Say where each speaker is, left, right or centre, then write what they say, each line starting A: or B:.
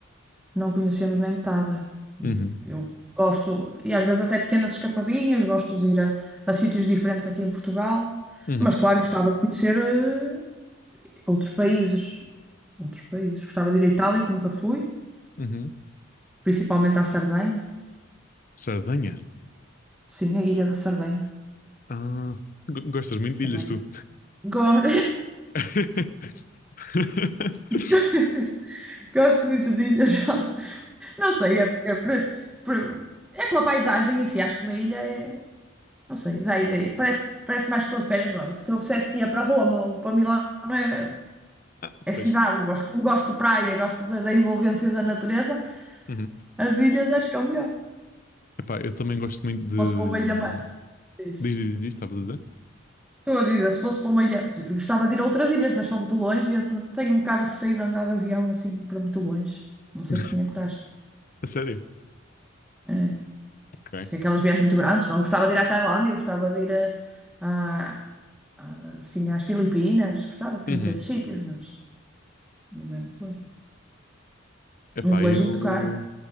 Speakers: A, in the centre; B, on the left.
A: não conhecemos nem metade. E
B: Uhum,
A: eu gosto, e às vezes até pequenas escapadinhas, gosto de ir a, a sítios diferentes aqui em Portugal,
B: uhum,
A: mas claro, gostava de conhecer eh, outros países, outros países. Gostava de ir à Itália, que nunca fui,
B: uhum.
A: principalmente à Sardenha.
B: Sardenha.
A: Sim, a Ilha da Sardenha
B: Ah, go- gostas muito de
A: também.
B: ilhas, tu.
A: Go-
B: <laughs>
A: <laughs> Gosto muito de ilhas. <laughs> Não sei, é, é, por- por- é pela paisagem em si, acho que uma ilha é. Não sei, dá ideia. Parece, parece mais que estou de férias, não. Se eu dissesse que ia para Roma ou para Milão, é,
B: Ah,
A: é
B: pois.
A: cidade. Eu Gosto, como gosto de praia, gosto da, da envolvência da natureza,
B: Uhum.
A: as ilhas acho que é o melhor. Se
B: Epá, eu também gosto muito de.
A: fosse
B: hum,
A: para uma ilha mais. diz.
B: Diz, diz, diz, estava a dizer?
A: Estou a dizer, se fosse para uma ilha. Gostava de ir a outras ilhas, mas são muito longe e eu te- tenho um bocado de receio de andar de avião assim para muito longe. Não sei
B: <laughs>
A: se tinha coragem.
B: A sério?
A: É.
B: Ok.
A: Assim, aquelas viagens muito grandes, não? Eu gostava de ir à Tailândia, eu gostava de ir a, a- a- assim, às Filipinas, gostava de conhecer
B: Uhum.
A: esses sítios, mas, mas é muito longe.
B: Epá,
A: Muito longe
B: eu.
A: e muito caro.